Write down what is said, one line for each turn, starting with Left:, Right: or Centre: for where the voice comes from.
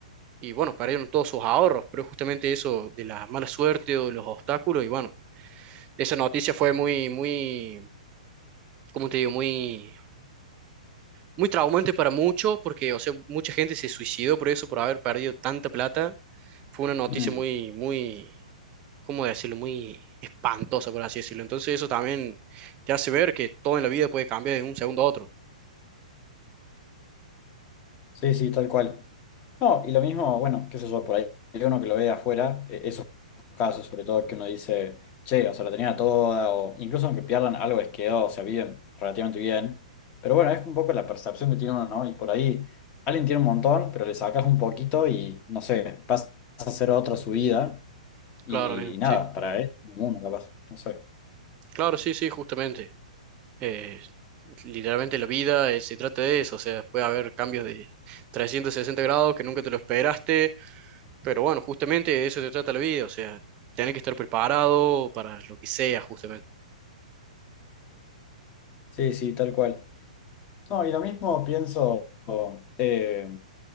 Right: y, bueno, perdieron todos sus ahorros, pero justamente eso de la mala suerte o de los obstáculos, y bueno, esa noticia fue muy, muy, ¿cómo te digo? Muy muy traumante para muchos, porque, o sea, mucha gente se suicidó por eso, por haber perdido tanta plata. Fue una noticia
Left: Mm.
Right: muy, muy, ¿cómo decirlo? Muy espantosa, por así decirlo. Entonces eso también te hace ver que todo en la vida puede cambiar de un segundo a otro.
Left: Sí, sí, tal cual. No, y lo mismo, bueno, qué sé yo, por ahí hay uno que lo ve de afuera, e- esos casos sobre todo que uno dice, che, o sea, la tenía toda, o incluso aunque pierdan algo les quedó, o sea, viven relativamente bien. Pero bueno, es un poco la percepción que tiene uno, ¿no? Y por ahí alguien tiene un montón, pero le sacas un poquito y, no sé, pasa a ser otra su vida y,
Right: Claro, bien,
Left: nada,
Right: sí.
Left: para él, uno capaz, no sé.
Right: Claro, sí, sí, justamente. Eh, literalmente la vida eh, se trata de eso, o sea, puede haber cambios de 360 grados que nunca te lo esperaste, pero bueno, justamente de eso se trata la vida, o sea, tenés que estar preparado para lo que sea, justamente.
Left: Sí, sí, tal cual. No, y lo mismo pienso, eh,